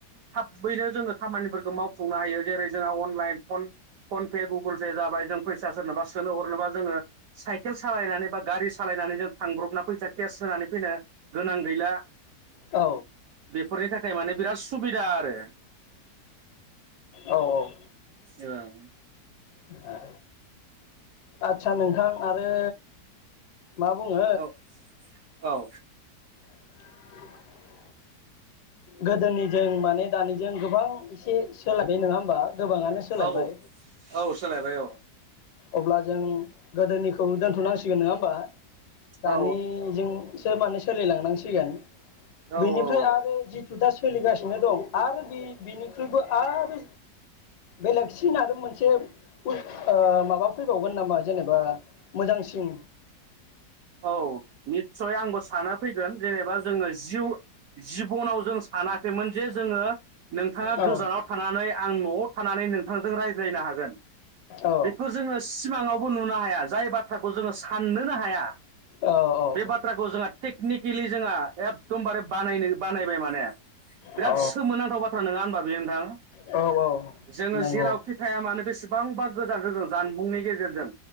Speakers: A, on the right; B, on the left.
A: थाबैनो जोङो खामानिफोरखौ माव हायो जेरै जोंहा online phone-phone Pay Google Pay जाबाय जों फैसा सोरनोबा सो। सोना हरनोबा जोङो। साइकेल सालायनानै बा गारि सालायनानै जों थांब्रबना फैसा केस होनानै। फैनो गोनां गैला
B: औ
A: बेफोरनि थाखाय माने बिराद सुबि दा आरो।
B: औ औ।
A: ओं।
B: ओं। आदसा नोंथां आरो मा बुङो
A: औ औ।
B: <unintelligible> गोदोनिजों माने दानिजों गोबां एसे सोलायबाय नोङा होमबा। गोबाङानो सोलायबाय
A: औ औ सोलायबाय औ।
B: अब्ला जों गोदोनिखौ दोनथ'नांसिगोन नोङा ओमबा।
A: औ
B: दानिजों। बिसोर माने सोलिलांनांसिगोन।
A: औ
B: बिनिफ्राय
A: औ औ
B: आरो जिद। दा सोलिगासिनो दं आरो बि-बिनिख्रुइबो आरो बेलेगसिन आरो मोनसे बुस-ओयो माबा फैबावगोन नामा जेनेबा मोजांसिन?
A: औ निस्सय आंबो सानो फैगोन जेनेबा जोङो जिउ। जिबनाव जों स। सानाखैमोन जे जोङो। नोंथाङा
B: औ
A: गोजानाव थानानै आं नआव थानानै नोंथांजों रायज। बुजायनो हागोन।
B: औ
A: बिखौ जोङो सि। सिमाङावबो नुनो हाया जाय बाथ्राखौ जोङो साननोनो हाया
B: औ औ
A: बे बाथ्राखौ जोंहा टेकनिकेलि जोंहा एक एखदमबारे बानायनो बानायबाय माने बिराद
B: औ
A: सोमोनांथाव बाथ्रा नोङा होनबा बेयो नोंथां
B: औ औ
A: जोङो
B: नंगौ
A: जेरावखि थाया मानो बेसेबांबा गोजान जों जानबुंनि गेजेरजों